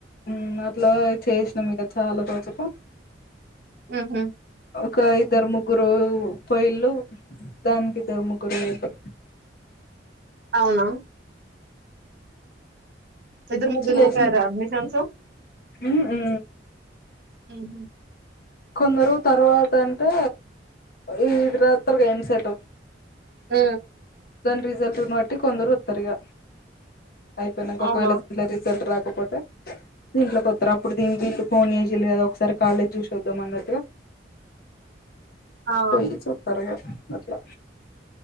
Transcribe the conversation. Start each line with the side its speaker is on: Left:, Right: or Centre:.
Left: ఊ అట్లా చేశినం ఇగా చాలా రోజుకు
Right: ఊహు
Left: ఒకా ఇద్దరు ముగ్గురూ పొయిన్లు దానికి ఇద్దరు ముగ్గురు పొయిన్లు.
Right: అవునా ఇద్దరు
Left: పిచ్చిలేసింది.
Right: ముగ్గురు ఒకేరా అడ్మిషన్స్
Left: హ్ము ఊ
Right: ఊహు
Left: కొందరు తర్వాత అంటే ఇది రాతరుగా ఎమ్ సెటు.
Right: ఊ
Left: దాని రిజల్ట్నున్ బట్టి కొందరు వత్తరు ఇగా. అయిపోయినంక
Right: అవునా
Left: ఒకవేళ ఇట్ల రిజల్ట్ రాకపోతే. దీట్లోకి వత్తరు అప్పుడు దీనికి ఇటు ఫోన్ జేశిన్లు గదా ఒకసారి కాలేజ్ చూశి వద్దాం అన్నట్టుగా.
Right: ఆ
Left: పొయ్యి చూత్తరు ఇగా అట్లా.